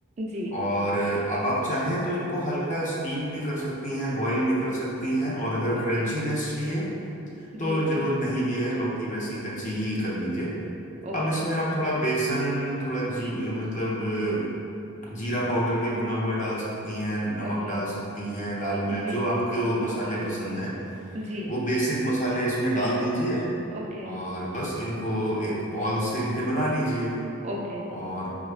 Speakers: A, on the right; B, on the left.
A: जी
B: और अब आप चाहें तो इनको हल्का स्टीम भी कर सकती हैं बॉईल भी कर सकती हैं और अगर
A: ओके
B: क्रंचीनेस चाहिए
A: जी
B: तो जरूरत नहीं भी है लौकी वैसी कच्ची ही कर लीजिए
A: ओके
B: अब इसमें आप थोड़ा बेसन थोड़ा जी मतलब अ, जीरा पाउडर भी भुना हुआ डाल सकती हैं नमक
A: ओके
B: डाल सकती हैं लाल
A: जी
B: मिर्च जो आपके वो मसाले पसंद हैं
A: जी
B: वो बेसिक मसाले इसमें डाल दीजिए
A: ओके
B: और बस इनको एक बॉल से इनके बना लीजिए
A: ओके
B: और